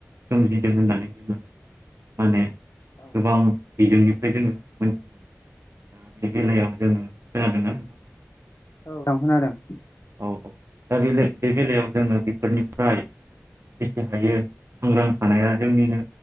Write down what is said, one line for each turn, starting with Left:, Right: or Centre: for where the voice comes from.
Right: सोमजिदों होननानै जोङो माने
Left: औ
Right: गोबां बिजोंनिफ्राय जोङो मोनथिनो मोनो दा बे बेलायाव जोङो खोनादोंना नोंथां
Left: औ आं खोनादों
Right: औ औ दा बे बे बेलायाव जोङो बेफोरनिफ्राय बेसे हायो सांग्रां थानाया जोंनिनो